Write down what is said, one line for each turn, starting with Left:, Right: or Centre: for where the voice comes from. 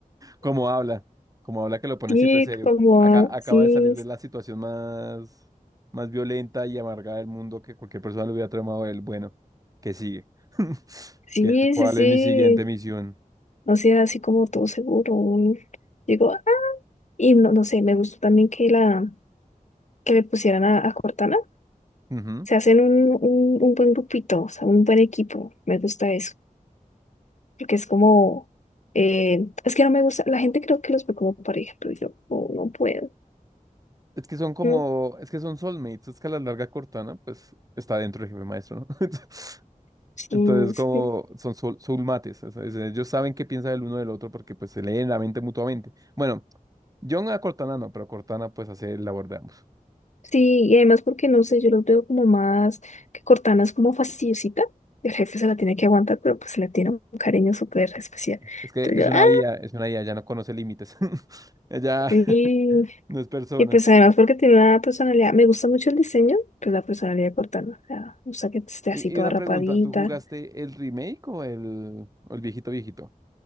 Right: Como habla, como habla que lo ponen
Left: Sí,
Right: siempre serio.
Left: como,
Right: Acá
Left: a-
Right: acaba
Left: sí,
Right: de salir de la situación más, más violenta y amarga del mundo que cualquier persona le hubiera tramado a él. Bueno, ¿qué sigue? <laughs>
Left: sí,
Right: ¿Qué, cuál
Left: sí, sí.
Right: es mi siguiente misión?
Left: O sea, así como todo seguro. un- Digo, "Ah". y no, no sé, me gustó también que la, que le pusieran a, a Cortana.
Right: Ujú.
Left: Se hacen un, un, un buen grupito, o sea, un buen equipo. Me gusta eso. porque es como, eh, es que no me gusta, la gente creo que los ve como pareja, pero yo oh, no puedo,
Right: Es que son como,
Left: no,
Right: es que son soulmates, es que a la larga Cortana, pues, está dentro del jefe maestro, ¿no? <laughs>
Left: sí,
Right: Entonces,
Left: es
Right: como
Left: que-
Right: son soul, soulmates, o sea, es- ellos saben qué piensa el uno del otro porque, pues, se leen la mente mutuamente. Bueno, John a Cortana no, pero Cortana, pues, hace el labor de ambos.
Left: sí, y además porque no sé, yo los veo como más, que Cortana es como fastidiosita, y el jefe se la tiene que aguantar, pero pues se le tiene un cariño súper especial,
Right: Es que
Left: entonces
Right: es una
Left: yo, ah,
Right: IA, es una IA, ya no conoce límites. <laughs> Ella
Left: sí,
Right: <laughs> no es persona.
Left: y pues además porque tiene una personalidad, me gusta mucho el diseño, pues la personalidad de Cortana, o sea, me gusta que esté
Right: Y,
Left: así toda
Right: y una
Left: rapadita,
Right: pregunta, ¿tú jugaste el remake o el, o el viejito viejito?